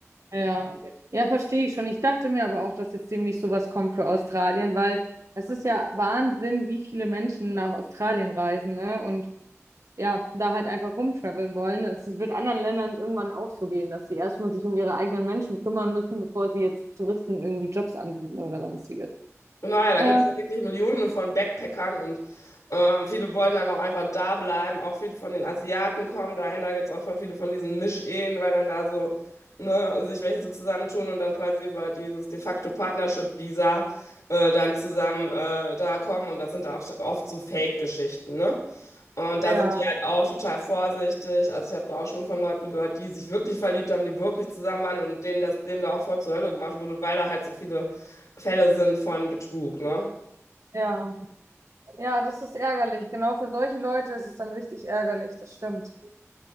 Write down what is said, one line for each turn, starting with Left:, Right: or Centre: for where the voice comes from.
Right: Ja, ja, verstehe ich schon. Ich dachte mir aber auch, dass jetzt demnächst sowas kommt für Australien, weil es ist ja Wahnsinn, wie viele Menschen nach Australien reisen, ne? Und ja, da halt einfach rumtraveln wollen. Es wird anderen Ländern irgendwann auch so gehen, dass sie erstmal sich um ihre eigenen Menschen kümmern müssen, bevor sie jetzt Touristen irgendwie Jobs anbieten oder sonstiges.
Left: Und naja, da
Right: Ähm,
Left: gibt es ja wirklich Millionen von Backpackern und ähm, viele wollen dann auch einfach da bleiben. Auch viele von den Asiaten kommen dahin. Da gibt es auch voll viele von diesen Mischehen, weil dann da so ne, sich welche so zusammentun und dann quasi über dieses de facto Partnership-Visa äh, dann zusammen äh, da kommen. Und das sind auch oft so Fake-Geschichten, ne? Und
Right: ja,
Left: da sind die halt auch total vorsichtig. Also ich habe da auch schon von Leuten gehört, die sich wirklich verliebt haben, die wirklich zusammen waren und denen das, dem da auch voll zur Hölle gemacht wurde, weil da halt so viele Fälle sind von Betrug, ne?
Right: ja. Ja, das ist ärgerlich. Genau für solche Leute ist es dann richtig ärgerlich, das stimmt.